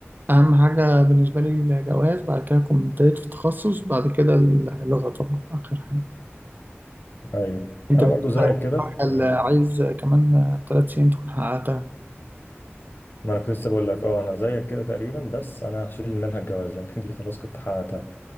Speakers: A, on the right; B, on the left.
A: لي اهم حاجه بالنسبه لي الجواز بعد كده اكون ابتديت في التخصص بعد كده اللغه طبعا اخر حاجه
B: أيوه
A: انت
B: أنا
A: بتحرق
B: برضو زيك كده
A: حاجة
B: يعني
A: اللي عايز كمان ثلاث سنين تكون حققتها
B: ما أنا كنت لسه بقول لك أه أنا زيك كده تقريبا بس أنا هشيل منها الجواز لأن <laughs> دي خلاص كنت حققتها